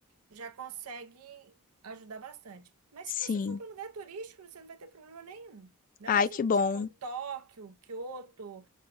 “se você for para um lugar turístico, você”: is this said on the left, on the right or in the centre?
Right